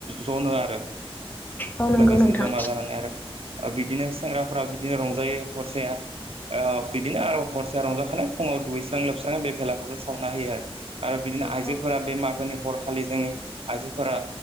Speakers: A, on the right (about 70°); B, on the left (about 20°).
A: जनो आरो।
B: औ नंगौ
A: लोगोसे
B: नोंथां
A: जमा जानानै आरो बिदिनो सेंग्राफ्रा बिदिनो रंजायो हरसेया। ओ बिदिनो आरो हरसेया रंजाखानाय फुङाव दुगैस्रां लोबस्रां बे भेलागुरखौ सावना होयो आरो। आरो बिदिनो
B: औ
A: आइजोफोरा
B: औ
A: बे मागोनि हरखालि जोंनि आइजोफोरा